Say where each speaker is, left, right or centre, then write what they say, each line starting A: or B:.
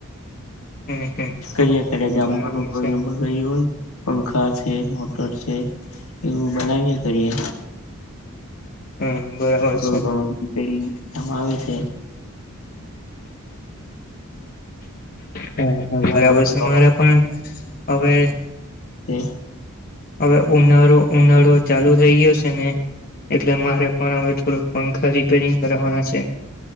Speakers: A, on the left; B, on the left.
A: હમ હમ
B: કરીએ કરીએ ગામમાંનું
A: બરાબર
B: કોઈ
A: છે
B: ન બગડ્યું હોય પણ પંખા છે મોટર છે એવું બનાવી્યા કરીએ
A: હમ બરાબર
B: થોડું
A: છે
B: ઘણું કામ આવે છે
A: હ
B: હાલમાં
A: બરાબર છે મારે પણ હવે
B: હ
A: હવે ઉનાળો ઉનાળો ચાલુ થઈ ગયો છે ને એટલે મારે પણ હવે થોડક પંખા રિપેરિંગ કરવાના છે